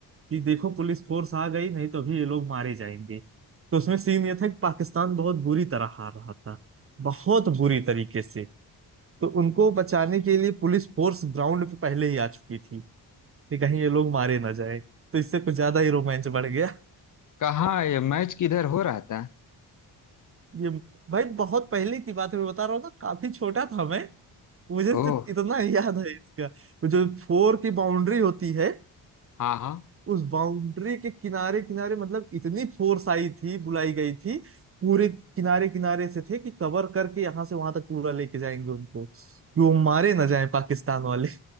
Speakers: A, on the right (about 30°); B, on the left (about 45°).
A: कि देखो पुलिस फोर्स आ गई नहीं तो अभी ये लोग मारे जाएंगे तो उसमें सीन ये था कि पाकिस्तान बहुत बुरी तरह हार रहा था बहुत बुरी तरीके से तो उनको बचाने के लिए पुलिस फोर्स ग्राउंड पे पहले ही आ चुकी थी कि कहीं ये लोग मारे ना जाए तो इससे कुछ ज्यादा ही रोमांच बढ़ गया
B: कहाँ ये मैच किधर हो रहा था
A: ये भाई बहुत पहले की बात है मैं बता रहा हूँ ना काफी छोटा था मैं मुझे
B: ओह
A: सिर्फ इतना ही याद है इसका वो जो फोर की बाउंड्री होती है
B: हाँ हाँ
A: उस बाउंड्री के किनारे किनारे मतलब इतनी फोर्स आई थी बुलाई गई थी पूरे किनारे किनारे से थे कि कवर करके यहाँ से वहां तक पूरा लेके जाएंगे उनको कि वो मारे ना जाए पाकिस्तान वाले